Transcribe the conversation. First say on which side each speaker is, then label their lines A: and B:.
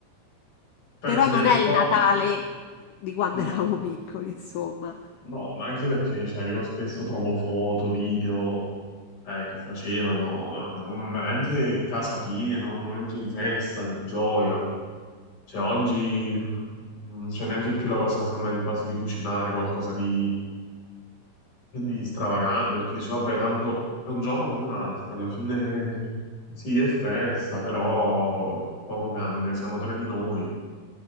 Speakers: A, on the left; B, on the left.
A: penso
B: però non
A: che un
B: è
A: po'
B: il Natale
A: chi-
B: di quando
A: no.
B: eravamo piccoli, insomma.
A: No, ma anche perché cioè, io spesso trovo foto, video eh, che facevano, eh, un- veramente casa piena, un momento di festa, di gioia. Cioè, oggi non c'è neanche più la cosa, sembra di quasi di cucinare qualcosa di, di stravagante, perché dici, vabbè, tanto è un giorno come un altro, alla fine <laughs> eh, sì, è festa, però poco cambia, siamo tre di noi,